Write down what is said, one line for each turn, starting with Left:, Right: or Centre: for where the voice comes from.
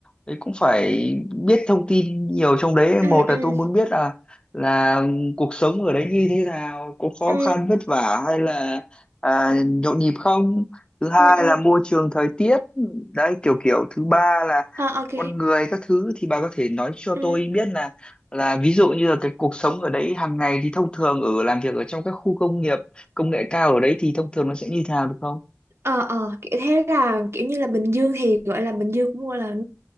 Left: Đấy cũng phải biết thông tin nhiều trong đấy
Right: ừ
Left: một
Right: ừ
Left: là tôi muốn biết là là cuộc sống ở đấy như thế nào có khó
Right: ừ
Left: khăn vất vả hay là à, nhộn nhịp không thứ hai
Right: ừ ừ
Left: là môi trường thời tiết đấy kiểu kiểu thứ ba là
Right: ờ ok
Left: con người các thứ thì bà có thể nói cho tôi
Right: ừ
Left: biết là là ví dụ như là cái cuộc sống ở đấy hàng ngày thì thông thường ở làm việc ở trong các khu công nghiệp công nghệ cao ở đấy thì thông thường nó sẽ như thế nào được không
Right: ờ ờ kiểu thế là kiểu như là Bình Dương thì gọi là Bình Dương cũng gọi là